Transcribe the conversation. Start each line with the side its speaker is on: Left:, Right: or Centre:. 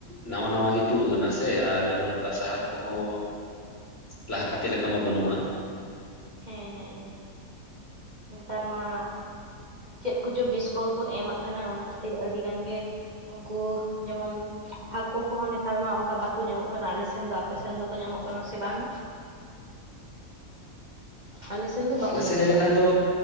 Left: ᱱᱟᱶᱟ ᱱᱟᱶᱟ ᱜᱮ ᱛᱩᱜ ᱟᱠᱟᱱᱟ ᱥᱮ ᱟᱨ ᱱᱚᱝᱠᱟ ᱥᱟᱦᱟᱨ ᱠᱚᱦᱚᱸ ᱞᱟᱦᱟᱛᱮ ᱞᱮᱠᱟ ᱢᱟ ᱵᱟᱹᱱᱩᱜᱼᱟ᱾
Right: ᱦᱮᱸ ᱦᱮᱸ ᱦᱮᱸ᱾ ᱱᱮᱛᱟᱨ ᱢᱟ ᱪᱮᱫ ᱠᱚᱪᱚ ᱵᱤᱥᱠᱚ ᱜᱮᱵᱥᱱ ᱵᱚᱱ ᱮᱢᱟᱜ ᱠᱟᱱᱟ ᱚᱱᱟ ᱠᱷᱟᱹᱛᱤᱨ ᱟᱹᱰᱤ ᱜᱟᱱ ᱜᱮ ᱩᱱᱠᱩ ᱡᱮᱢᱚᱱ ᱦᱟᱹᱠᱩ ᱠᱚᱦᱚᱸ ᱱᱮᱛᱟᱨ ᱢᱟ ᱚᱱᱠᱟ ᱵᱟᱠᱚ ᱧᱟᱢᱚᱜ ᱠᱟᱱᱟ ᱟᱞᱮ ᱥᱮᱱ ᱫᱚ, ᱟᱯᱮ ᱥᱮᱱ ᱫᱚᱠᱚ ᱧᱟᱢᱚᱜ ᱠᱟᱱᱟ ᱥᱮ ᱵᱟᱝ? ᱟᱞᱮ ᱥᱮᱱ ᱫᱚ ᱵᱟᱠᱚ
Left: ᱟᱞᱮ
Right: ᱧᱟᱢᱚᱜ
Left: ᱥᱮᱜ ᱞᱟᱹᱭ ᱞᱮᱠᱷᱟᱱ
Right: ᱠᱟᱱᱟ
Left: ᱫᱚ